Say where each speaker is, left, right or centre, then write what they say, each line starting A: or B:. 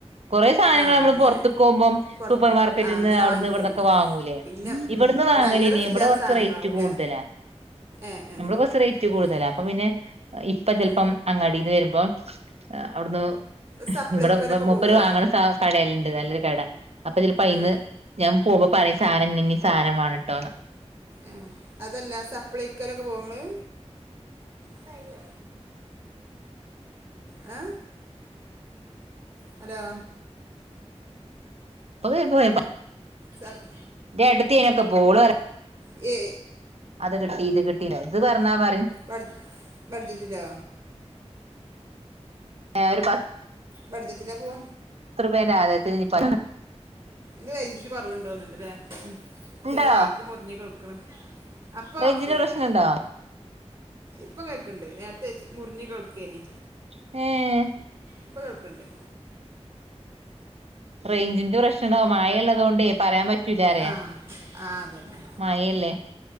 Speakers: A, on the right (about 65°); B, on the right (about 50°).
A: കുറെ സാധനങ്ങളക്കെ
B: ആ അങ്ങനെ
A: പൊർത്ത് ക്കോകുമ്പം
B: പുറത്ത്
A: സൂപ്പർ മാർക്കറ്റിന്ന്
B: ആ അങ്ങനെ
A: അവിടുന്ന്
B: വാങ്ങിക്കല്
A: ഇവിടന്നൊക്കെ വാങ്ങൂല്ലേ
B: പിന്നെ
A: ഇവിടുന്ന്
B: ഉം, പിന്നെ
A: വാങ്ങലേനി
B: അല്ലറ ചില്ലറ
A: ഇവിടെ കൊറച്ച്
B: സാധനങ്ങളാവൂലേ
A: റേറ്റ് കൂടുതലാ.
B: ഏ ഏ
A: നമ്മള് കൊറച് റേറ്റ്
B: അത്
A: കൂടുതലാ.
B: ശരി
A: അപ്പൊ പിന്നെ ഇപ്പ ചെൽപ്പം
B: ഏ
A: അങ്ങാടിന്ന് വരുമ്പോ അവിട്ന്ന്
B: സപ്ലൈക്കോലൊക്കെ
A: ഇവിടെ മുപ്പര്
B: പോകുമോ
A: വാങ്ങണ സ കടെല്ണ്ട് നല്ലൊരു കട അപ്പോ ചെലപ്പോ അയിന്ന്
B: ഏ
A: ഞാൻ പോവുമ്പോ പ റെ സാനം ഇനിനെ സാനം മാണട്ടോന്ന്.
B: ആ അതെല്ലാ സപ്ലൈക്കൊലക്കെ പോവോങ്ങള് സൈനോ അ ഹലോ?
A: <unintelligible> എന്റെ
B: സപ്
A: എട്ടത്തി അയ്നൊക്കെ പോകും ഓള്റ
B: എ
A: അത് കിട്ടി ഇത് കിട്ടീന്ന് ഇത് പറഞ്ഞാ പറി
B: ബഡ്ജ ബഡ്ജറ്റിലോ?
A: അ ഒരു പ
B: ബഡ്ജറ്റിലാ പോവ.
A: ത്രപേന്റെ ആരത്തിന് ഇനി പ
B: ത് കഴഞ്ട്ട് കുറവ്ണ്ടോന്നണ്ടല്ലേ ചെല
A: ഇണ്ടോ
B: വാക്ക് മുറിഞ് കൊടുക്കണ്. അപ്പ
A: റേഞ്ചിന്റെ
B: ഒക്കെയാണ്.
A: പ്രശ്നണ്ടോ
B: ഇപ്പൊ കേൾക്കണ്ട്. നേരത്തെ മുറിഞ്ഞി കേക്കേന്ന്.
A: എ
B: ഇപ്പൊ കേൾക്ണ്ട്.
A: റേഞ്ചിന്റെ പ്രശ്നോ മായ ഉള്ളതുക കൊണ്ട് പറയാൻ പറ്റ വിചാരയാ
B: ആ ആ അതന്നെ
A: മായയല്ലേ